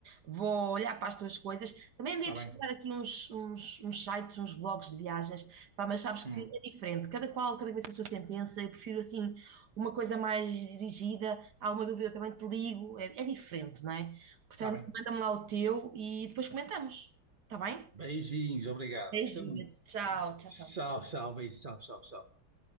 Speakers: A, on the right (about 55°); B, on the right (about 30°).
A: Vou olhar para as tuas coisas. Também andei
B: Está
A: a pesquisar
B: bem.
A: aqui uns, uns, uns sites, uns blogs de viagens, pá, mas sabes
B: Hum,
A: que é diferente. Cada qual, cada vez a sua sentença. Eu prefiro assim uma coisa mais dirigida. Há uma dúvida, eu também te ligo. É, é diferente, não é? Portanto,
B: está bem.
A: manda-me lá o teu e depois comentamos. Está bem?
B: Beijinhos, obrigado.
A: Beijinho.
B: Gostei muito.
A: Tchau, tchau,
B: Tchau,
A: tchau.
B: tchau, beijo, tchau, tchau, tchau.